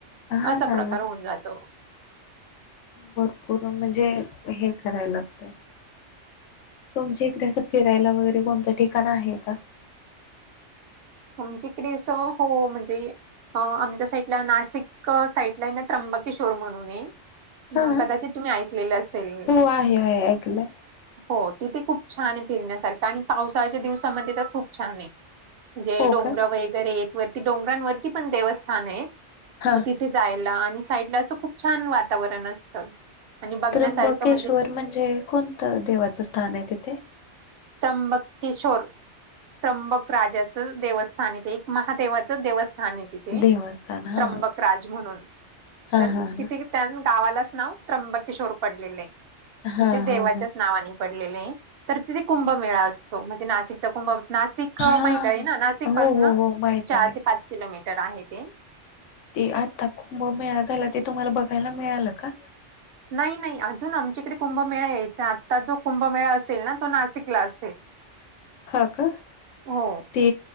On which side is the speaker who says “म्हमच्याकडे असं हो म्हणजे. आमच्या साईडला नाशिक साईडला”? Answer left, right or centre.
Right